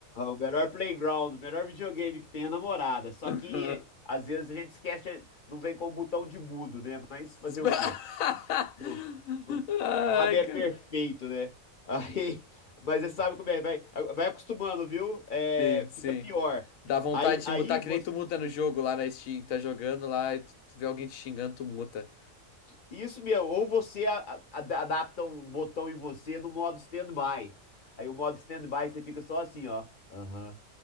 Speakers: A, on the left; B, on the left.
A: O melhor playground, o melhor videogame que tem é a namorada. Só
B: <laughs>
A: que às vezes a gente esquece, não vem com o botão de mudo, né? Mas
B: <laughs>
A: fazer o quê? Não- não-
B: Ai,
A: nada é
B: cara.
A: perfeito, né? <laughs> Aí, mas você sabe como é, vai, vai acostumando, viu? É,
B: Sim, sim.
A: fica pior.
B: Dá vontade
A: Aí, aí
B: de mutar, que
A: você
B: nem tu muta no jogo lá na Steam. Tá jogando lá e tu tu vê alguém te xingando, tu muta.
A: Isso mesmo, ou você a- a- adapta um botão em você no modo stand-by. Aí o modo stand-by você fica só assim, ó. Aham,